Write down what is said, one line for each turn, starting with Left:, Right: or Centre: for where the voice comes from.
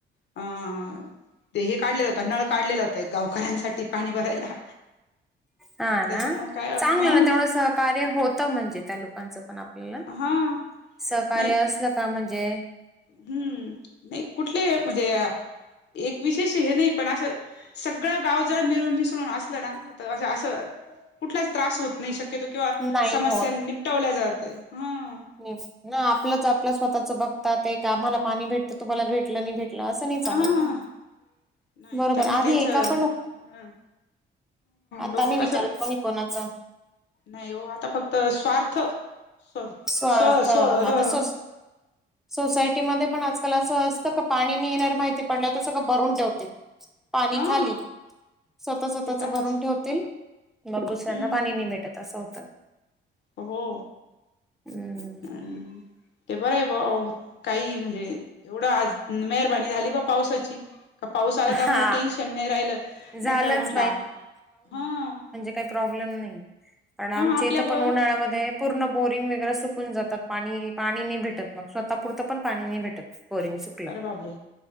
Left: अ ते हे काढलेलं होता नळ काढलेला होता ते गावकऱ्यांसाठी पाणी भरायला
Centre: हा ना,
Left: त्याच्यामुळं काय
Centre: चांगलं
Left: ह
Centre: ना तेवढं सहकार्य होत त म्हणजे त्या लोकांचं पण आपल्याला,
Left: हा
Centre: सहकार्य
Left: नाही
Centre: असलं का म्हणजे
Left: हम्म, नाही कुठले म्हणजे, एक विशेष हे नाही पण असं सगळं गाव जर मिळून मिसळून असलं ना, तर अस असं, कुठलाच त्रास होत नाही शकत तो किंवा
Centre: नाही
Left: समस्या निपटवल्या जाते, हं.
Centre: तेच, ना आपलंच आपलं स्वतःच बघतात ते, आम्हाला पाणी भेटतं, तुम्हाला भेटलं नाही भेट म्हटलं असं नाही चालत
Left: हा
Centre: ना,
Left: नाही
Centre: बरोबर
Left: त्यांनी
Centre: आधी
Left: त्यांचं
Centre: एका पण
Left: ह
Centre: आता
Left: लोक
Centre: मी विचारत
Left: कसं
Centre: पण नाही कोणाचं
Left: नाही हो आता फक्त स्वार्थ, स्
Centre: स्वार्थ
Left: स्व
Centre: आता
Left: स्व हं
Centre: सो सोसायटीमध्ये त्याला अस असतं का, पाणी नही येणारे माहिती पडलं तर सगळं भरून ठेवते. पाणी
Left: हा
Centre: खाली, स्वतः स्वतःच
Left: ते तर
Centre: भरून
Left: हायच
Centre: ठेवतील, मग दुसऱ्यांना
Left: हम्म
Centre: पाणी नाही भेटत. तसं होतं.
Left: हो
Centre: हम्म
Left: हम्म. ते बरं आहे बाबा, काही म्हणजे, एवढं आज मेहरबनी झाली बा पावसाची. का पाऊस आला त्यामुळे
Centre: हा
Left: टेन्शन नाही राहिलं,
Centre: झालंच
Left: नाही तर म्हंटलं हं.
Centre: काय प्रॉब्लेम नाही, कारण आमच्या
Left: आपल्या
Centre: इथं
Left: ब
Centre: पण उन्हाळ्यामध्ये पूर्ण बोरिंग वगैरे सुकून जातात, पाणी पाणी नाही भेटत मग, स्वतःपुरतं पण पाणी नाही भेटत. बोरिंग सुकलं,
Left: अरे बाबरे